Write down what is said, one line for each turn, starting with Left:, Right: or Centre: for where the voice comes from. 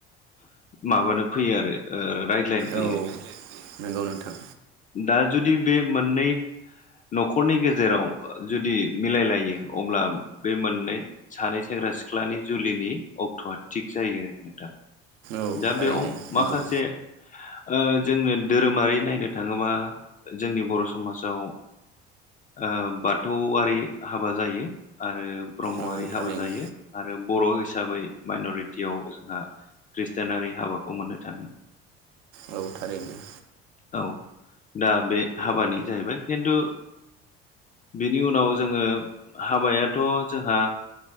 Left: माबानो फैयो आरो ओ रायज्लायनो फैयो
Right: औ नंगौ नोंथां
Left: दा जुदि बे मोननै न'खरनि गेजेराव जुदि मिलायलायो अब्ला बे मोननै सानै सेंग्रा सिख्लानि जुलिनि अक्ट'आ थिग जायो नोंथां
Right: औ
Left: दा
Right: थारैनो
Left: बेयाव
Right: नंगौ
Left: माखासे आ जोंनो धोरोमारि नायनो थाङोबा जोंनि बर' समाजाव आ बाथौआरि हाबा जायो आरो ब्रह्मआरि
Right: औ
Left: हाबा
Right: थारैनो
Left: जायो आरो बर' हिसाबै माइन'रिटियाव जोंहा खृष्टिानारि हाबाखौ मोननो थाङो
Right: औ थारैनो
Left: औ दा बे हाबानि जाहैबाय खिन्थु बेनि उनाव जोङो हाबायाथ' जोंहा